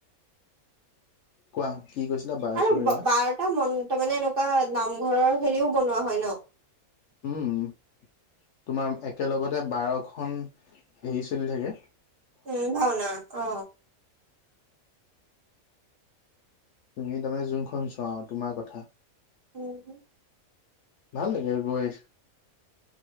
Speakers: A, on the left; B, on the right.
A: কোৱা কি কৈছিলা বাৰচহৰীয়া
B: আৰু বাৰটা মন্ত মানে এনেকুৱা নামঘৰৰ হেৰিও বনোৱা হয় ন
A: উম তোমাৰ একেলগতে বাৰখন হেৰি চলি থাকে
B: উম ভাওনা অ
A: তুমি তাৰমানে যোনখন চোৱা তোমাৰ কথা
B: উম
A: ভাল লাগে গৈ